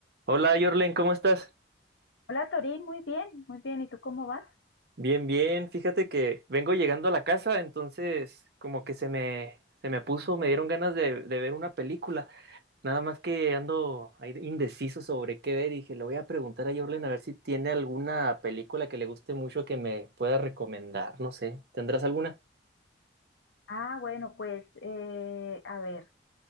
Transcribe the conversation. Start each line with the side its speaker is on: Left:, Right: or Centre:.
Right: Hola, Yorlen, ¿cómo estás?
Left: Hola Torín, muy bien, muy bien. ¿Y tú cómo vas?
Right: Bien, bien. Fíjate que vengo llegando a la casa, entonces como que se me, se me puso, me dieron ganas de, de ver una película. Nada más que ando ahí indeciso sobre qué ver y dije, le voy a preguntar a Yorlen a ver si tiene alguna película que le guste mucho que me pueda recomendar. No sé, ¿tendrás alguna?
Left: Ah, bueno, pues eh, a ver,